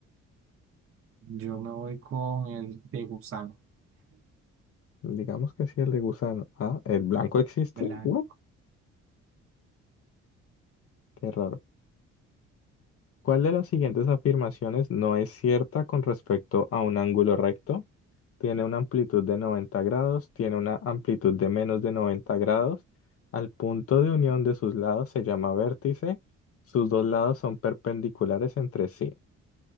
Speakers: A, on the right; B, on the left.
A: Yo me voy con el de gusano,
B: Digamos que sí, el de gusano. Ah, ¿el blanco existe?
A: blanco,
B: What? Qué raro. ¿Cuál de las siguientes afirmaciones no es cierta con respecto a un ángulo recto? Tiene una amplitud de 90 grados, tiene una amplitud de menos de 90 grados. Al punto de unión de sus lados se llama vértice. Sus dos lados son perpendiculares entre sí.